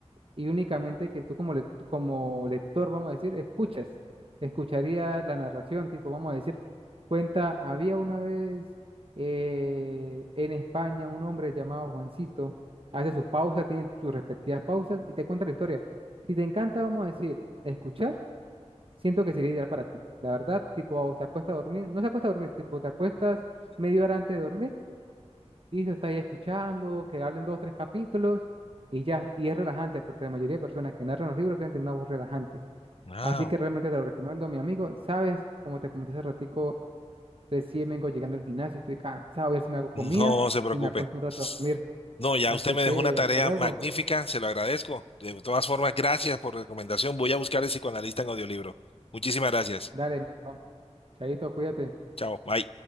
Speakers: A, on the right; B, on the left.
A: y únicamente que tú como, lec- como lector, vamos a decir, escuchas, escucharías la narración, tipo, vamos a decir, cuenta, había una vez eh, en España un hombre llamado Juancito, hace sus pausas, tiene sus respectivas pausas y te cuenta la historia. Si te encanta, vamos a decir, escuchar, siento que sería ideal para ti. La verdad, tipo, se acuesta a dormir, no se acuesta a dormir, tipo, te acuestas media hora antes de dormir y se está ahí escuchando, que hablen dos o tres capítulos y ya, y es relajante porque la mayoría de personas que narran los libros tienen una voz relajante.
B: Ah,
A: Así que realmente te lo recomiendo, mi amigo. Sabes, como te comenté hace ratico, recién vengo llegando al gimnasio, estoy cansado, voy a ver si me hago comida
B: no se preocupe.
A: y me acuesto un rato a dormir.
B: No, ya
A: Así
B: usted me
A: que
B: dejó una tarea
A: hasta luego.
B: magnífica, se lo agradezco. De todas formas, gracias por recomendación. Voy a buscar el psicoanalista en audiolibro. Muchísimas gracias.
A: Dale, mi bro. Chaito, cuídate.
B: Chao, bye.